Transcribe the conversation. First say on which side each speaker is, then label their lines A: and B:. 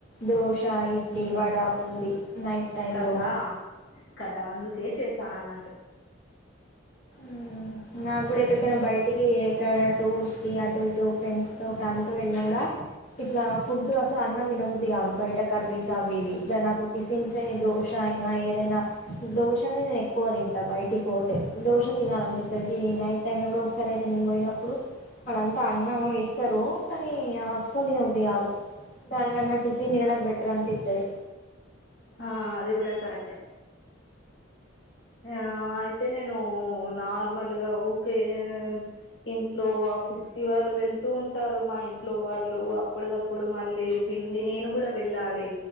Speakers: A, on the left; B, on the left.
A: దోశ, ఇడ్లీ, వడ, పూరి నైట్ టైంలో
B: కదా
A: కూడా
B: కదా అందుకే చేసాను అన్నట్టు.
A: మ్ ఉ. నాకు కూడా ఎక్కడికైనా బయటికి ఎక్కడైనా టూర్స్ కి అటు ఇటు ఫ్రెండ్స్ తో ఫ్యామిలీతో వెళ్ళినా కూడా ఇట్లా ఫుడ్ అసలు అన్నం తినబుద్ది కాదు బయట కర్రీస్ అవి ఇవి ఇట్లా నాకు టిఫిన్స్ దోష అయినా ఏదైనా దోష అనే నేను ఎక్కువ తి టా బయటికి పోతే దోశ తినాలనిపిస్తది గీ నైట్ టైమ్ లో కూడా ఒకసారి అయితే నేను పోయినప్పుడు ఆడంత అన్నం ఇస్తారు కానీ అస్సలు తిన బుద్ది కాదు దాని కన్నా టిఫిన్ తినడం బెటర్ అనిపిస్తాది
B: ఆ అది కూడా కరెక్టే ఆ అయితే నేను నార్మల్ గా ఊకే ఏ ఇంట్లో ఆఫీస్ కి వాళ్ళు వెళ్తూ ఉంటారు మా ఇంట్లో వాళ్ళు అప్పటికప్పుడు మళ్లీ పిండి నేను కూడా వెళ్ళాలి